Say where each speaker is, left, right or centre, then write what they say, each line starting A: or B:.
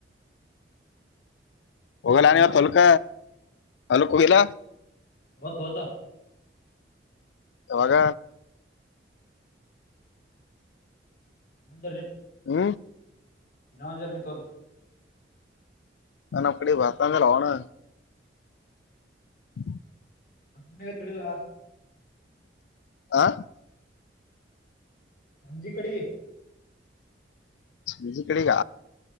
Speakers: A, on the left (about 75°); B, on the left (about 55°).
A: ಒೋಗಲಾನವತ್ತು
B: ಏನು
A: ಹಲ್ಕ ಅಲ್ಕಲ್ಲ
B: ಹೊತ್ತುವತಾ
A: ಯಾವಾಗ
B: ನಂದ
A: ಹ್ಮ
B: ಇನ್ನ <inaudible>
A: <inaudible> ಹ್ಮ್
B: ಮತ್ತ ಮನಗ ತಿಳಲ
A: ಹಾ
B: ಅಜ್ಜಿ ಕಡಿಗೆ
A: ಬಿಜಿ ಕಡೆಗ